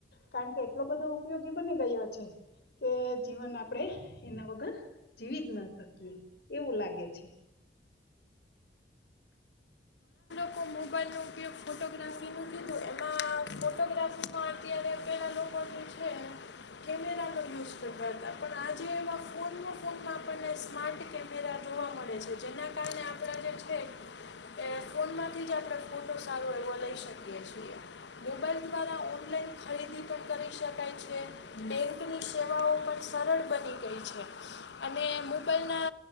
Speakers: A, on the left (about 65°); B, on the left (about 80°).
A: કારણ કે એટલો બધો ઉપયોગી બની ગયો છે કે જીવન આપણે એના વગર જીવી જ ના શકીએ એવું લાગે છે.
B: કો મોબાઈલનો ઉપયોગ ફોટોગ્રાફીનું કીધું એમાં ફોટોગ્રાફીમાં અત્યારે પેલાં લોકો જે છે કેમેરાનો યુઝ કરતા હતા પણ આજે એવા ફોનમાં ફોનમાં આપણને સ્માર્ટ કેમેરા જોવા મળે છે જેના કારણે આપણા જે છે એ ફોનમાં થી જ આપણે ફોટો સારો એવો લઈ શકીએ છીએ મોબાઈલ દ્વારા ઓનલાઈન ખરીદી પણ કરી શકાય છે બેંકની સેવાઓ પણ સરળ બની ગઈ છે અને મોબાઈલના